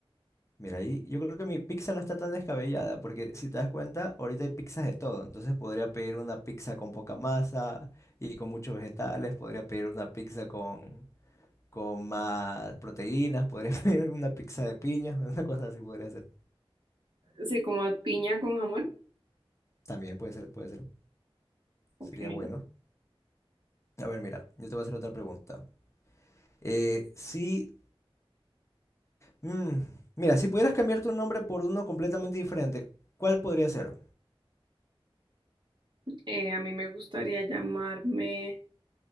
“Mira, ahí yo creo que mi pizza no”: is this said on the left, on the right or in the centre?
Left